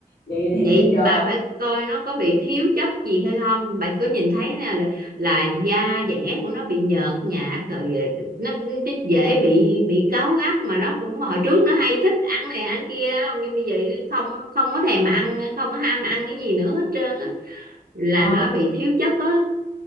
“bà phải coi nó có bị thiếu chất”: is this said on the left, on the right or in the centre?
Right